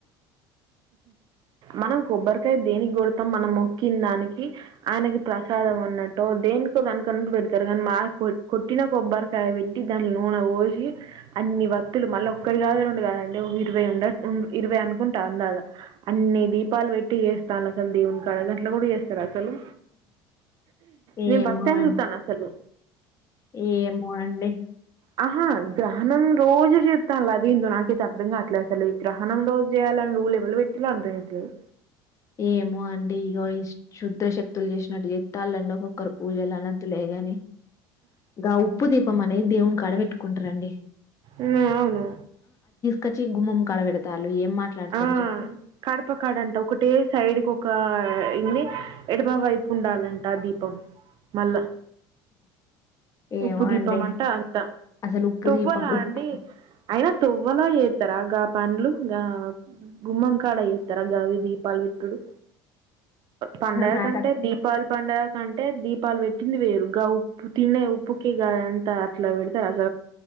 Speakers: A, on the right; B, on the left.
A: మనం కొబ్బరికాయ దేనికిగొడతాం మనం మొక్కిన దానికి ఆయనకి ప్రసాదం ఉన్నట్టో దేనికో దానికన్నట్టు బెడ్తారు మనమా కో కొట్టిన కొబ్బరికాయ పెట్టీ దాన్లో నూనె పోసి అని వత్తులు మళ్ళీ ఒకటి కా కాళీ గుండు గదే లెవ్ ఇరవై ఉండచ్ ఉండ్ ఇరవై అనుకుంటా అందదా అన్నీ దీపాలు వెట్టి జేస్తాల్ అసల్ దేవున్కి గట్లగూడా చేస్తార అసలు
B: ఏమో
A: నేను ఫస్ట్ టైమ్
B: అం
A: జూత్తాన్న అసలు
B: ఏమో అండీ
A: ఆహా గ్రహణం రోజు జేత్తాళ్లు అదేందో నా ఇది అర్ధం గట్లే అసల్ ఇ గ్రహణం రోజ్ చేయాలని రూల్ ఎవలు పెట్టిలో అర్ధం అయితలేదు
B: ఏమో అండి ఇగో ఈ శుద్దా శక్తులు చేసినట్టు జెత్తాలండి ఒకొక్కరు పూజలు అన్నదిలేగని గ ఉప్పు దీపం అనేది దేవునీకాడ బెట్టుకుంటారండి
A: ఉమ్ అవును
B: కచి గుమ్మం కాడబెడతాలు ఏం మాట్లాడతాన్
A: ఆ!
B: చెప్పు
A: కడప కాడంట. ఒకటే సైడ్కి ఒక ఇన్ని ఎడమ వైపు ఉండాలంట దీపం మళ్ళా
B: ఏమో
A: ఉప్పు దీపం
B: అండి
A: అంట అంత
B: అసలు ఉప్పు
A: తోవ్వలా
B: దీపం ఉప్పు
A: అండి అయినా తొవ్వలో జేత్తరా గా పన్లు గా గుమ్మం కాడ జేత్తరా గావి దీపాలు బెట్టుడు పండగ
B: నాకు
A: కంటే దీపాల్ పండగ కంటే దీపాల్ పెట్టింది వేరు గా ఉప్పు తినే ఉప్ పుకి గదంతా అట్లా వెడతార అస